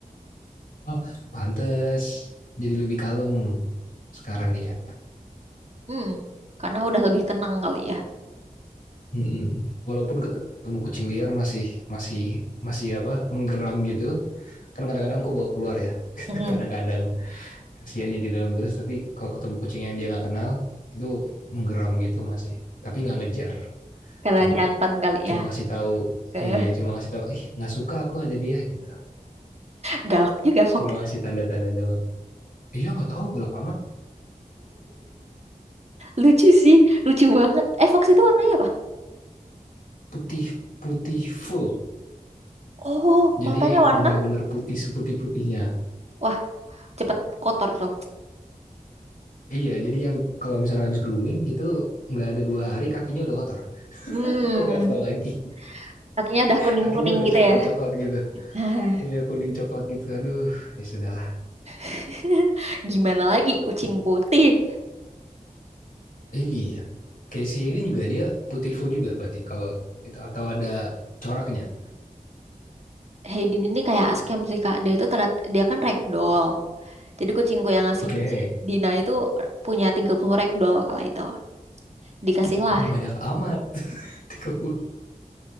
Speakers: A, on the left; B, on the right.
A: Oh, pantes jadi lebih kalem sekarang dia.
B: hmm karena udah lebih tenang kali ya
A: Mm-mm. Walaupun ketemu kucing liar masih masih masih apa? menggeram gitu. Kan kadang-kadang aku bawa keluar ya. <laughs>
B: mm
A: Kadang-kadang kasihan dia di dalam terus tapi kalau ketemu kucing yang dia nggak kenal itu menggeram gitu masih. Tapi nggak ngejar.
B: karena
A: Cuma
B: jantan kali
A: cuma
B: ya
A: ngasih tahu
B: Eh,
A: iya cuma ngasih tahu ih nggak suka aku ada dia gitu
B: galak juga Fox
A: cuma
B: <laughs>
A: ngasih tanda-tanda doang iya nggak tahu kalau amat
B: lucu sih lucu banget eh Fox itu warnanya apa
A: putih putih full
B: oh
A: jadi
B: matanya warna
A: bener-bener putih seputih putihnya
B: wah cepet kotor tuh
A: iya jadi yang kalau misalkan habis grooming itu nggak ada dua hari kakinya udah kotor
B: hmm
A: <laughs> aku nggak tahu lagi
B: kakinya udah
A: <laughs>
B: kuning
A: kakinya
B: kuning
A: udah
B: gitu
A: coklat
B: ya
A: coklat gitu
B: Nah,
A: iya kuning coklat gitu aduh ya sudahlah
B: <laughs> Gimana lagi kucing putih?
A: iya Casey Hayden juga dia putih full juga berarti kalau itu atau ada coraknya
B: Hayden ini kayak scam sih Kak. Dia itu terat, dia kan ragdoll. Jadi kucingku yang ngasih
A: oke
B: itu
A: Okay.
B: si Dina itu punya 30 ragdoll kala itu. Dikasih lah. <laughs>
A: banyak amat <laughs> oke